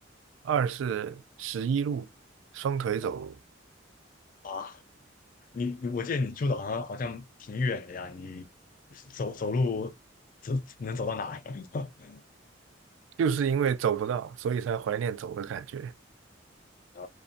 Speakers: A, on the right; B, on the left.
A: 二是十一路，双腿走路，
B: 啊，你你我记得你住的好像好像挺远的呀，你走走路走能走到哪呀？<laughs>
A: 就是因为走不到，所以才怀念走的感觉。
B: 啊，